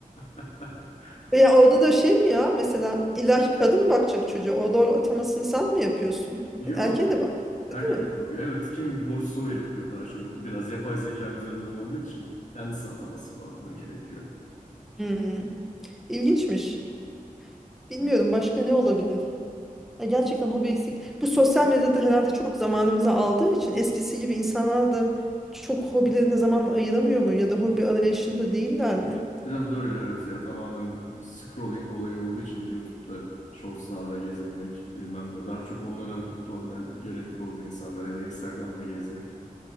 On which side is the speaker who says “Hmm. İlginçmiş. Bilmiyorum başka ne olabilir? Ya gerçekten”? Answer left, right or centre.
Centre